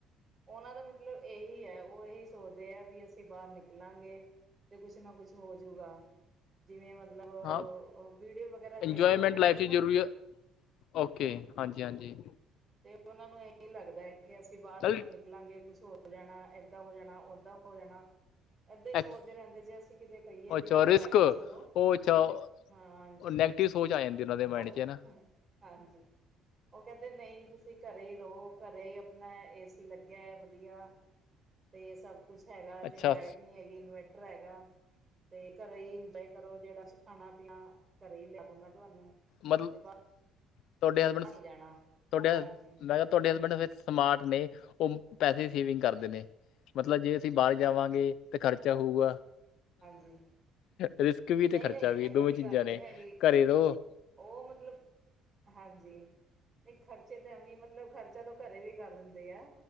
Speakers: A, on the right; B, on the left.
A: ਉਹਨਾਂ ਦਾ ਮਤਲਬ ਇਹੀ ਹੈ ਉਹ ਇਹੀ ਸੋਚਦੇ ਹੈ ਵੀ ਅਸੀਂ ਬਾਹਰ ਨਿਕਲਾਂਗੇ ਤੇ ਕੁਛ ਨਾ ਕੁਛ ਹੋਜੂਗਾ ਜਿਵੇਂ ਮਤਲਬ
B: ਹਾਂ
A: ਵੀਡੀਓ ਵਗੈਰਾ ਦੇਖਦੇ
B: ਇੰਜੋਏਮੈਂਟ
A: ਰਹਿੰਦੇ
B: ਲਾਈਫ '
A: ਨਾ
B: ਜ਼ਰੂਰੀ ਹੈ ਓਕੇ ਹਾਂਜੀ ਹਾਂਜੀ
A: ਤੇ ਉਹਨਾਂ ਨੂੰ ਇਹੀ ਲੱਗਦਾ ਹੈ ਕਿ ਅਸੀਂ ਬਾਹਰ
B: ਚੱਲ
A: ਨੂੰ ਨ ਨਿਕਲਾਂਗੇ ਕੁਛ ਹੋਰ ਹੋ ਜਾਣਾ ਏਦਾਂ ਹੋ ਜਾਣਾ ਓਦਾਂ ਹੋ ਜਾਣਾ ਏਦਾਂ ਹੀ
B: ਐਕਸ
A: ਸੋਚਦੇ ਰਹਿੰਦੇ ਜੇ ਅਸੀਂ ਕਿਤੇ ਕਹੀਏ
B: ਅੱਛਾ
A: ਵੀ ਵੀ
B: ਰਿਸਕ
A: ਲੈ ਕੇ
B: ਉਹ
A: ਚੱਲੋ
B: ਅੱਛਾ
A: ਹਾਂ ਹਾਂਜੀ
B: ਉਹ ਨੈਗੇਟਿਵ ਸੋਚ ਆ ਜਾਂਦੀ ਉਹਨਾਂ ਦੇ ਮਾਇੰਡ
A: ਉਹ
B: 'ਚ ਹਨਾ
A: ਹਾਂਜੀ ਉਹ ਕਹਿੰਦੇ ਨਹੀਂ ਤੁਸੀਂ ਘਰੇ ਰਹੋ ਘਰੇ ਹੀ ਆਪਣਾ ਏ ਸੀ ਲੱਗਿਆ ਹੈ ਵਧੀਆ ਤੇ ਇਹ ਸਭ ਕੁਛ ਹੈਗਾ
B: ਅੱਛਾ
A: ਜੇ ਲਾਈਟ ਨਹੀਂ ਹੈਗੀ ਇਨਵਰਟਰ ਹੈਗਾ ਅਤੇ ਘਰ ਹੀ ਇੰਜੋਏ ਕਰੋ ਜਿਹੜਾ ਅਸੀਂ ਖਾਣਾ ਪੀਣਾ ਘਰ ਹੀ ਲਿਆ ਦੂੰਗਾ ਤੁਹਾਨੂੰ ਅਤੇ
B: ਮਤਲਬ
A: ਬਾਹਰ
B: ਤੁਹਾਡੇ ਹਸਬੈਂਡ ਤੁਹਾਡੇ
A: ਨਹੀਂ ਜਾਣਾ ਹਾਂਜੀ
B: ਤੁਹਾਡੇ ਹਸਬੈਂਡ ਵਿੱਚ ਸਮਾਰਟ ਨੇ ਉਹ ਪੈਸੇ ਸੇਵਿੰਗ ਕਰਦੇ ਨੇ ਮਤਲਬ ਜੇ ਅਸੀਂ ਬਾਹਰ ਜਾਵਾਂਗੇ ਤਾਂ ਖਰਚਾ ਹੋਊਗਾ
A: ਹਾਂਜੀ
B: ਰਿਸਕ ਵੀ
A: ਨਹੀਂ
B: ਤੇ ਖਰਚਾ
A: ਨਹੀਂ
B: ਵੀ
A: ਇੱਦਾਂ
B: ਦੋਵੇਂ
A: ਦੀ
B: ਚੀਜ਼ਾਂ
A: ਗੱਲ ਨਹੀਂ
B: ਨੇ
A: ਹੈਗੀ
B: ਘਰੇ ਰਹੋ
A: ਉਹ ਮਤਲਬ ਹਾਂਜੀ ਨਹੀਂ ਖਰਚੇ ਤਾਂ ਐਵੇਂ ਮਤਲਬ ਖਰਚਾ ਤਾਂ ਘਰੇ ਵੀ ਕਰ ਦਿੰਦੇ ਆ